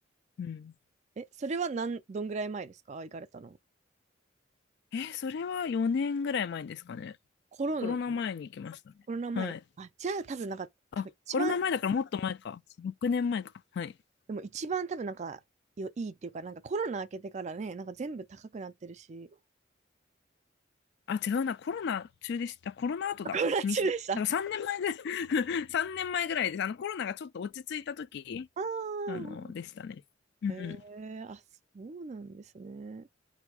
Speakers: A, on the left; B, on the right.
A: うん。
B: え、それはなん、どんぐらい前ですか行かれたの。
A: え、それは4年ぐらい前ですかね。
B: コロナ、
A: コロナ前に行きましたね。
B: コロナ前。
A: はい。
B: あ、じゃあ多分なんか、
A: あ、
B: 多分一番
A: コロナ前だからもっと前か。6年前か。はい。
B: でも一番多分なんか、よいいっていうか、なんかコロナ明けてからね、なんか全部高くなってるし、
A: あ、違うな。コロナ中でした。コロナ後だ。
B: <laughs> コロナ中でした。
A: に、だから3年前ぐらい、
B: あ
A: <laughs> 3年前ぐらいです。あの、コロナがちょっと落ち着いた時、
B: あ、
A: あの、でしたね。うんう
B: へえ、あ、そうなんですね。